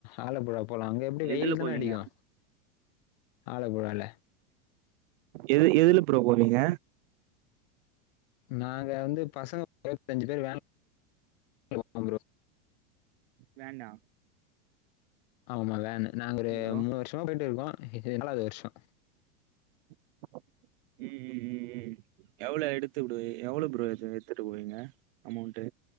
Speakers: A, on the left (about 35°); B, on the right (about 50°).
A: ஆலப்புழா போலா அங்க எப்டி வெய்யில்
B: எதுல
A: தான
B: போவீங்க
A: அடிக்கு ஆழப்புழால
B: எது எதுல ப்ரோ போவீங்க
A: நாங்க வந்து பசங்க இரவத்தி அஞ்சு பேரு வேன் போவ ப்ரோ
B: வேன்னா
A: ஆமா வேன்னு நாங்க ஒரு
B: ஹலோ
A: மூணு வர்ஷமா போயிட்டுருக்கோ இது நாலாவது வர்ஷோ
B: ம் ம் ம் ம் எவ்ளோ எடுத்துபுடு எவ்ளோ ப்ரோ எத்து எடுத்துட்டு போவீங்க அமௌண்ட்டு